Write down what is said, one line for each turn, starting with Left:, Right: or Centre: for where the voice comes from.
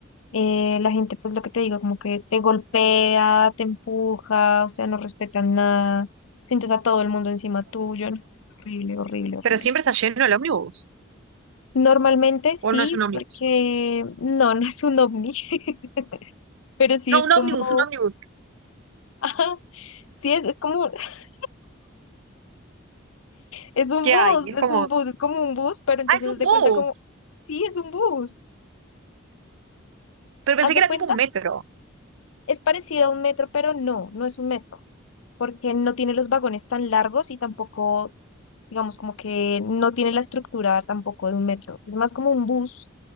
Left: Eh, la gente, pues lo que te digo, como que te golpea, te empuja, o sea, no respetan nada, sientes a todo el mundo encima tuyo, no, es horrible, horrible, horrible.
Right: Pero siempre está lleno el ómnibus.
Left: Normalmente sí,
Right: ¿O no es un ómnibus?
Left: porque no, <laughs> no es un ovni, <laughs> pero sí
Right: No,
Left: es
Right: un
Left: como,
Right: ómnibus,
Left: <laughs>
Right: un ómnibus.
Left: ajá, sí es, es como, <laughs> es un
Right: ¿Qué
Left: bus,
Right: hay? Es
Left: es
Right: como.
Left: un bus, es como un bus, pero entonces
Right: Ah, es un
Left: haz de
Right: bus.
Left: cuenta como, sí, es un bus,
Right: Pero pensé
Left: haz
Right: que
Left: de
Right: era
Left: cuenta,
Right: tipo un metro.
Left: es parecido a un metro, pero no, no es un metro, porque no tiene los vagones tan largos y tampoco digamos, como que no tiene la estructura tampoco de un metro. Es más como un bus